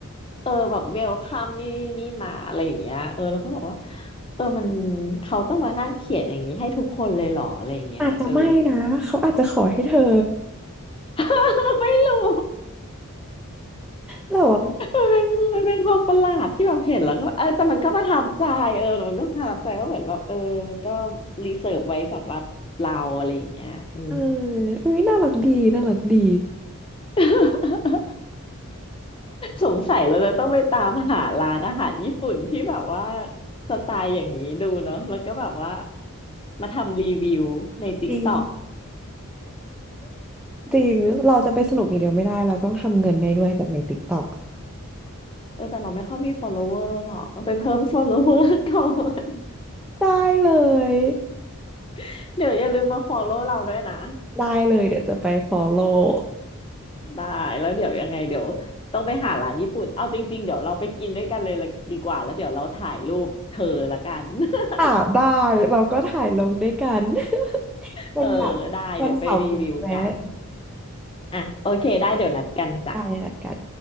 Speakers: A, on the left; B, in the centre.
A: เออแบบเวลคัมนี่นี่นี่มาอะไรอย่างเงี้ยเออแล้วก็บอกว่าเออมันเขาต้องมานั่งเขียนอย่างนี้ให้ทุกคนเลยเหรออะไรอย่างเงี้ยเออ
B: อาจจะไม่นะเขาอาจจะขอให้เธอ
A: <laughs> ไม่รู้
B: แล้วอ่ะ
A: มันเป็นมันเป็นความประหลาดที่แบบเห็นแล้วก็เออแต่มันก็ประทับใจเออแต่มันก็ประทับใจว่าเหมือนแบบเออก็รีเสิร์ฟไว้สำหรับเราอะไรอย่างเงี้ยอืม
B: เอออุ้ยน่ารักดีน่ารักดี
A: <laughs> สงสัยเราจะต้องไปตามหาร้านอาหารญี่ปุ่นที่แบบว่าสไตล์อย่างนี้ดูเนาะแล้วก็แบบว่ามาทำรีวิวใน t
B: จริง
A: กต็อก
B: จริงเราจะไปสนุกอย่างเดียวไม่ได้เราต้องทำเงินได้ด้วยจากใน TikTok
A: เออแต่เราไม่ค่อยมี follower หรอกต้องไปเพิ่ม follower ก่อน
B: ได้เลย
A: <laughs> เดี๋ยวอย่าลืมมา follow เราด้วยนะ
B: ได้เลยเดี๋ยวจะไป follow
A: ได้แล้วเดี๋ยวยังไงเดี๋ยวต้องไปหาร้านญี่ปุ่นเอาจริงๆเดี๋ยวเราไปกินด้วยกันเลยละดีกว่าแล้วเดี๋ยวเราถ่ายรูปเธอละกัน <laughs>
B: อ่ะได้เราก็ถ่ายลงด้วยกัน <laughs> วันแบบวันเสาร์นี้แวะ
A: เออได้เดี๋ยวไปรีวิวกันอ่ะโอเคได้เดี๋ยวนัดกันจ้ะ
B: ได้นัดกัน